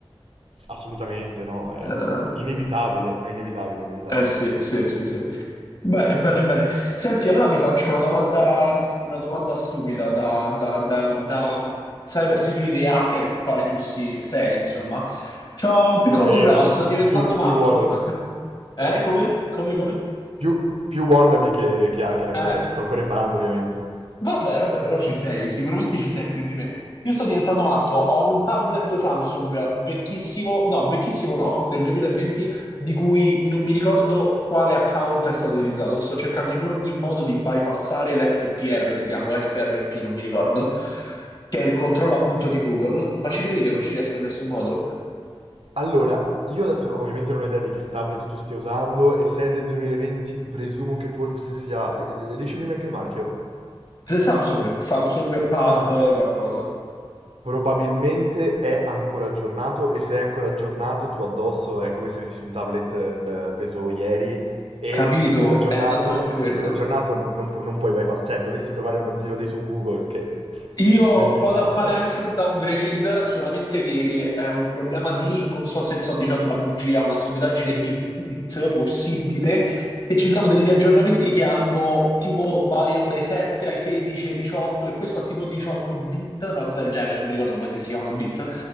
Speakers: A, on the right; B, on the left.
A: assolutamente no, è
B: Eh,
A: inevitabile, è inevitabile, è inevitabile.
B: eh sì, sì, sì, sì. Bene, bene, bene. Senti, allora ti faccio una domanda, una domanda stupida da, da, da, da cyber security hacker, quale tu si- sei, insomma. C'ho un piccolo
A: Più o meno,
B: problema, sto diventando
A: <laughs> più,
B: matto.
A: più wannabe.
B: <laughs> Eh,
A: <laughs>
B: come? Come, come?
A: Più, più wannabe che, che hacker ancora,
B: Eh.
A: cioè sto ancora imparando ovviamente.
B: Vabbè, vabbè, però ci sei, sicuramente ci sei più di me. Io sto diventando matto, ho un tablet Samsung vecchissimo, no, vecchissimo no, del 2020, di cui non mi ricordo quale account è stato utilizzato. Sto cercando in ogni modo di bypassare l'FPR, si chiama o FRP, non mi ricordo, che è il controllo appunto di Google, ma ci credi che non ci riesco in nessun modo?
A: Allora, io adesso non- ovviamente non ho idea di che tablet tu stia usando e se è del 2020 presumo che forse sia... che- Riesci a dirmi anche il marchio?
B: Samsung, Samsung Tab
A: Sam,
B: qualcosa.
A: probabilmente è ancora aggiornato e se è ancora aggiornato tu addosso è come se avessi un tablet eh, preso ieri e
B: Capito,
A: essendo aggiornato,
B: è esattamente quello.
A: essendo aggiornato n- non, pu- non puoi bypass, cioè dovresti trovare uno zero day su Google che...
B: Io
A: <laughs>
B: ho
A: nel senso.
B: provato a fare anche un downgrade, solamente che è un problema di, non so se sto dicendo una bugia, una stupidaggine di bit possibile, che ci sono degli aggiornamenti che hanno, tipo, variano dai 7 ai 16 ai 18, e questo ha tipo 18 bit, una cosa del genere, non mi ricordo poi se si chiamano bit,